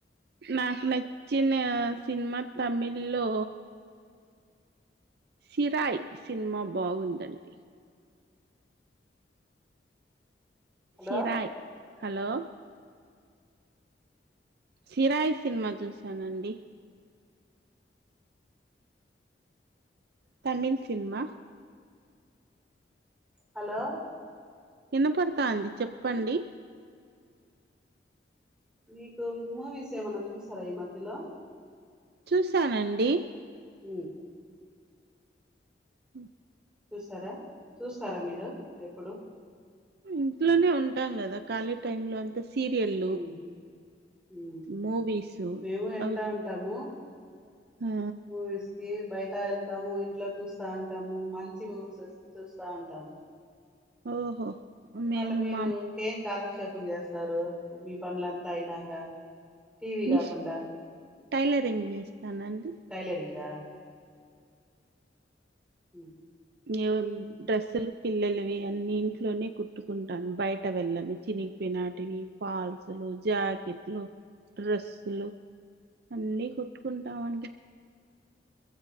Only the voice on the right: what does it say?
నాకు నచ్చిన సినిమా తమిళ్ లో సిరాయ్ సినిమా బాగుందండి.
Sirai hello Sirai cinema చూసానండి. తమిళ్ సినిమా
విన పడతా అంది చెప్పండి.
చూసానండి
హ
ఇంట్లోనే ఉంటాం కదా. ఖాళీ టైమ్ లో అంతే సీరియల్
మూవీసు
అవి
ఆ
ఓహో మేము
మా
మిష్
టైలరింగ్ చేస్తానండి
ఏ డ్రెస్సులు పిల్లలువి అన్ని ఇంట్లోనే కుట్ కొట్టుకుంటాను. బయట వెళ్ళను చిగి పినాటివి ఫాల్సులు, జాకెట్లు, డ్రస్సులు అన్నీ కొట్టుకుంటాండి.